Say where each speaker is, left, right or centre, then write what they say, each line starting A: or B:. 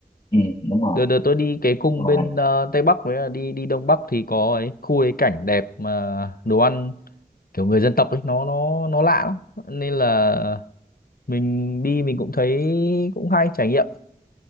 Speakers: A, on the left; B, on the left.
A: ừ, đúng rồi
B: đợt đợt tôi đi cái cung
A: đúng rồi
B: bên à, Tây Bắc với là đi đi Đông Bắc thì có ấy khu ấy cảnh đẹp mà đồ ăn kiểu người dân tộc ấy nó nó nó lạ lắm nên là mình đi mình cũng thấy cũng hay trải nghiệm